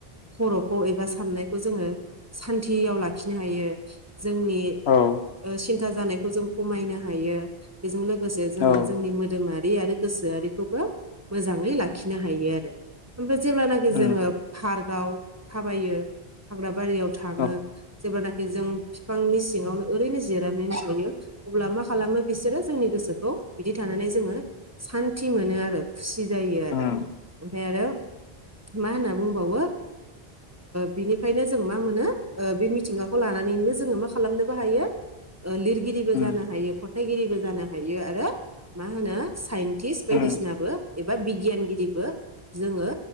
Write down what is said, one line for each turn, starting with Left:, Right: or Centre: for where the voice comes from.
Right: खर'खौ एबा साननायखौ जोङो सान्थियाव लाखिनो हायो। जोंनि
Left: औ
Right: सिन्था जानायखौ जों खमायनो हायो बेजों लोगोसे जोङो
Left: औ
Right: जोंनि मोदोमारि आरो गोसोआरिखौबो मोजाङै लाखिनो हायो आरो ओमफ्राय जेब्लानाखि
Left: उम
Right: जोङो पार्कआव थाबायो हाग्रा बारियाव थाङो
Left: औ
Right: जेब्लानाखि जों बिफांनि सिङावनो ओरैनो जिरायनानैनानै थायो अब्ला मा खालामो बिसोरो जोंनि गोसोखौ बिदि थानानै जोङो सान्थि मोनो आरो खुसि जायो आरो
Left: उम
Right: ओमफ्राय आरो मा होनना बुंबावो बिनिखायनो जों मा मोनो बे मिथिंगाखौ लानानैनो जोङो मा खालामनोबो हायो लिरगिरिबो
Left: उम
Right: जानो हायो खन्थाइगिरिबो जानो हायो। हायो आरो मा होनो साइन्टिस्ट बायदिसिनाबो
Left: उम
Right: एबा बिगियानगिरिबो जोङो